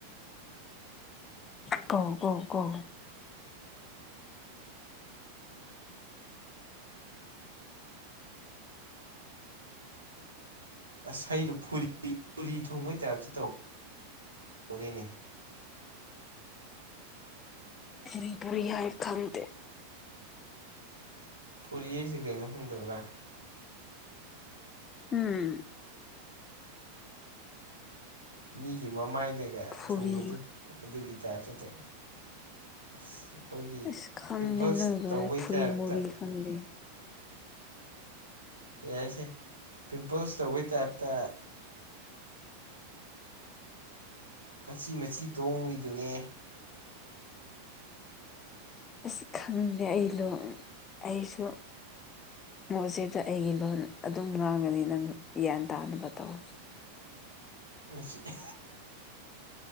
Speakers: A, on the left; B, on the right.
A: ꯀꯣ ꯎ ꯀꯣ ꯀꯣ <unintelligible>
B: ꯑꯁ ꯑꯩꯗꯨꯣ ꯐ ꯐꯣꯔꯤ ꯊꯣꯡꯕꯩ ꯇꯥꯏꯞꯇ ꯇꯧ ꯄꯨꯅꯤꯅꯤ
A: ꯄꯦꯄꯔꯤ ꯍꯥꯏ ꯈꯪꯇ
B: ꯐꯨꯔꯤ ꯑꯩꯁꯤ ꯀꯩꯅꯣ ꯍꯪꯗꯕ꯭ꯔꯥ
A: ꯎꯝ
B: ꯃꯤꯒꯤ ꯃꯃꯥꯏꯗꯒ
A: ꯐꯨꯔꯤ
B: ꯊꯨꯡꯕꯗꯨ ꯑꯗꯨꯒꯤ ꯇꯁꯦ ꯇꯣ ꯑ ꯑꯩꯈꯣꯏꯒꯤ
A: ꯑꯁ ꯈꯪꯗꯦ
B: ꯄꯤꯝꯄꯜꯁ
A: ꯅꯣꯏ ꯂꯣꯟ
B: ꯇꯧꯕꯩ
A: ꯐꯨꯔꯤ
B: ꯇꯥꯏꯞꯇ
A: ꯃꯨꯔꯤ ꯈꯪꯗꯦ
B: ꯌꯥꯏꯁꯦ ꯄꯤꯝꯄꯜꯁ ꯇꯧꯕꯩ ꯇꯥꯔꯛꯇ ꯃꯆꯤ ꯃꯆꯤ ꯇꯣꯡꯉꯏꯗꯨꯅꯦ
A: ꯑꯁ ꯈꯪꯗꯦ ꯑꯩꯗꯣ ꯑꯩꯁꯨ ꯃꯣꯠꯁꯤꯗ ꯑꯩꯒꯤ ꯂꯣꯟ ꯑꯗꯨꯝ ꯉꯥꯡꯉꯅꯤ ꯅꯪ ꯒ꯭ꯌꯥꯟ ꯇꯥꯅꯕ ꯇꯧ <unintelligible>
B: ꯃꯁꯤꯁꯤ